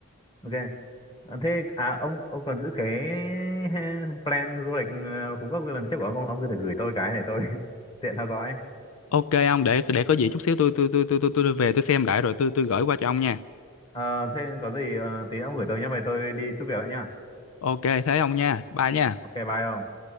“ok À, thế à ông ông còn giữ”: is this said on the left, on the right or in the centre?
Left